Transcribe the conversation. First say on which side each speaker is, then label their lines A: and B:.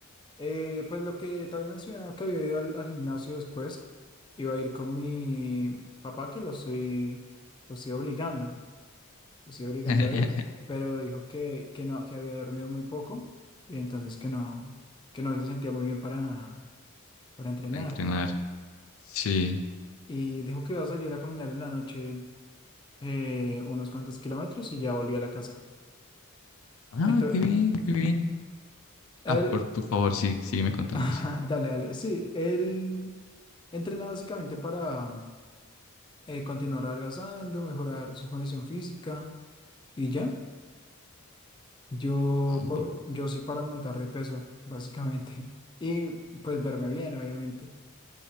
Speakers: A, on the left; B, on the left.
A: Eh, pues lo que te había mencionado, que había ido al, al gimnasio después, iba a ir con mi papá, que lo estoy, lo estoy obligando, lo estoy obligando
B: <laughs>
A: a ir, pero dijo que, que no, que había dormido muy poco y entonces que no, que no se sentía muy bien para, para entrenar.
B: Para entrenar. Sí.
A: Y dijo que iba a salir a caminar en la noche eh, unos cuantos kilómetros y ya volví a la casa.
B: Ah,
A: Entonces,
B: qué bien, qué bien.
A: él,
B: Ah, por, por favor, sí, sígueme contando,
A: <laughs> ajá,
B: sí.
A: dale, dale, sí, él entrena básicamente para mm, eh, continuar adelgazando, mejorar su condición física y ya. Yo,
B: Ah,
A: po- yo sí para aumentar de peso, básicamente. <laughs> Y pues verme bien, obviamente.